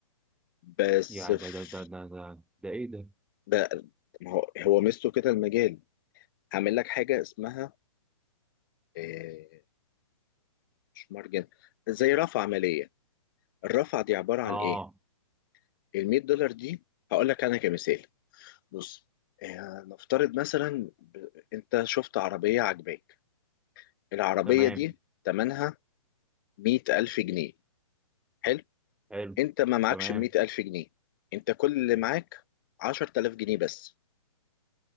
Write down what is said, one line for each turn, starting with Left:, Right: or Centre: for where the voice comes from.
Left: بس
Centre: يا
Left: في
Centre: ده ده ده ده ده ده ايه ده
Left: ده ما هو هو ميزته كده المجال عامل لك حاجه اسمها آه، مش مارجن زي رفع عمليه الرفع دي عباره عن
Centre: اه
Left: ايه ال 100 دولار دي هقول لك انا كمثال بص آه، نفترض مثلا ب... انت شفت عربيه عجباك العربيه
Centre: تمام
Left: دي ثمنها مئة ألف جنيه حلو
Centre: حلو
Left: أنت ما معكش
Centre: تمام
Left: مئة ألف جنيه أنت كل اللي معاك عشرة آلاف جنيه بس